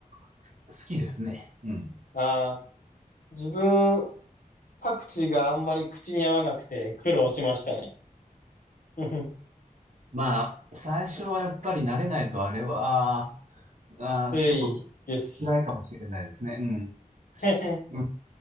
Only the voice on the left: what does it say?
あー、自分、パクチーがあんまり口に合わなくて苦労しましたね。<laughs>
きついです。
<laughs>